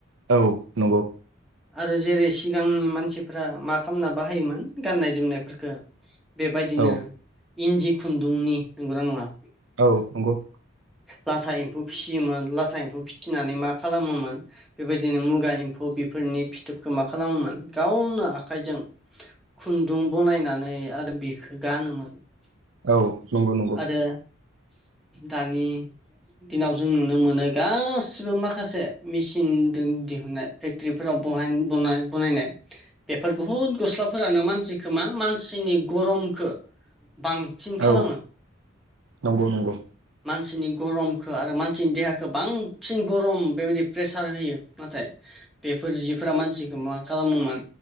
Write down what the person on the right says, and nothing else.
औ नंगौ।
औ
औ नंगौ।
औ नंगौ नंगौ
औ नंगौ नंगौ